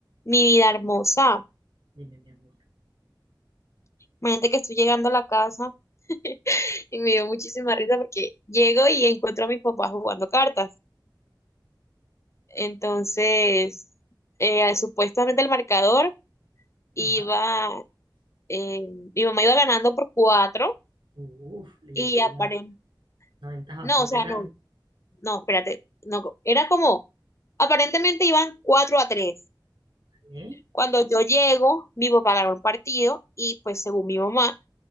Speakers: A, on the left; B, on the right.
A: Mi vida hermosa.
B: Dime, mi amor.
A: Imagínate que estoy llegando a la casa <laughs> y me dio muchísima risa porque llego y encuentro a mis papás jugando cartas. Entonces, eh, supuestamente el marcador iba,
B: Ajá, sí.
A: eh, mi mamá iba ganando por cuatro
B: Uf, le
A: y
B: lleva una,
A: aparentemente,
B: una ventaja
A: no,
B: bastante
A: o sea,
B: grande.
A: no, no, espérate, no, era como, aparentemente iban cuatro a tres.
B: Vale,
A: Cuando yo llego, mi papá ganó el partido y pues según mi mamá,